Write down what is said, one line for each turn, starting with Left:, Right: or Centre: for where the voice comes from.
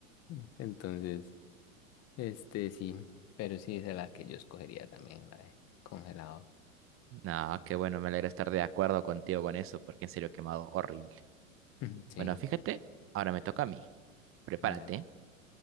Left: <laughs> Entonces, este sí, pero sí esa es la que yo escogería también, la de congelado.
Right: Nada, qué bueno, me alegra estar de acuerdo contigo con eso, porque en serio he quemado horrible.
Left: Ujú, Sí,
Right: Bueno, fíjate, ahora me toca a mí. Prepárate.
Left: dale.